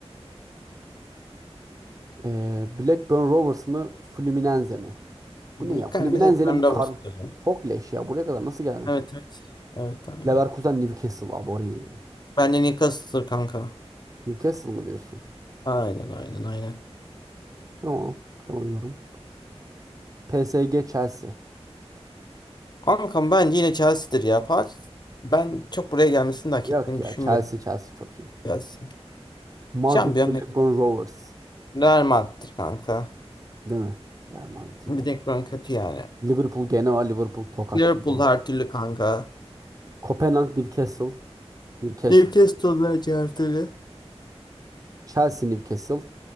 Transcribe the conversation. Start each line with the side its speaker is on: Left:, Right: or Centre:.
Right: Ee, Blackburn Rovers mı Fluminense mi?
Left: Bir,
Right: Bu ne ya?
Left: kanka
Right: Fluminense'nin
Left: bir de Bernabeu
Right: bu kar
Left: stadı.
Right: çok leş ya. Buraya kadar nasıl geldin?
Left: Evet
Right: Fluminense?
Left: evet. Evet aynen.
Right: Leverkusen Newcastle abori.
Left: Bence Newcastle'dır kanka.
Right: Newcastle mı diyorsun?
Left: Aynen aynen aynen.
Right: Tamam. Tamam yorum. PSG Chelsea.
Left: Kankam bence yine Chelsea'dir ya. Paris ben çok buraya gelmesini de hak
Right: Yok
Left: ettiğini
Right: ya
Left: düşünmüyorum.
Right: Chelsea Chelsea çok iyi.
Left: Chelsea.
Right: Madrid
Left: Şampiyon
Right: Blackburn Rovers.
Left: Real Madrid kanka.
Right: Değil mi? Real Madrid iyi.
Left: Bir
Right: ya.
Left: tek ben kötü yani.
Right: Liverpool gene var. Liverpool tokatladı.
Left: Liverpool her türlü kanka.
Right: Kopenhag Newcastle. Newcastle.
Left: Newcastle bence her türlü.
Right: Chelsea Newcastle.